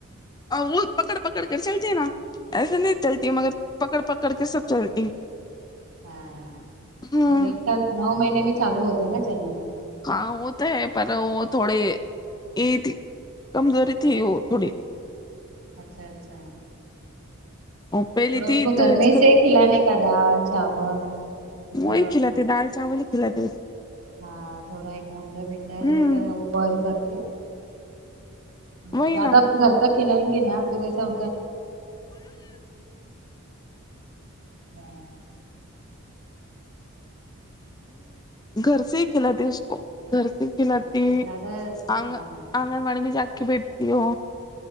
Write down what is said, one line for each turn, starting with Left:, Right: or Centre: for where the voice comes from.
Left: وہ پکڑ پکڑ کے چلتے ہے نہ ایسے نہیں چلتی مگر پکڑ پکڑ کے سب چلتی
Right: ہاں
Left: ہوں
Right: وہ ایک سال نو مہینے میں چالو ہوتے ہے نا چلنے تو
Left: ہاں وہ تو ہے پر وہ تھوڑی یہ تھی کمزوری تھی وہ تھوڑی
Right: اچھا اچھا
Left: وہ پہلی
Right: تھوڑا
Left: تھی
Right: ان کو
Left: تو
Right: گھر
Left: اس
Right: میں سے کھلانے کا دال چاول ایسا
Left: وہی کہلاتی دال چاول ہی کہلاتی
Right: ہاں تھوڑا ایک انڈا بنڈا
Left: کو۔ ہوں
Right: رہ گیا وہ بوئل کر کے ہاں
Left: وہی
Right: زیادہ
Left: نا
Right: اپ گھر کا کھلائیں گے نا تو کیسا <unintelligible> ہاں
Left: گھر سے ہی کھلاتی اس کو گھر سے ہی کھلاتی
Right: ہاں زیادہ
Left: آگن
Right: ہاں
Left: آنگن واڑی میں جا کر بیٹھتی ہو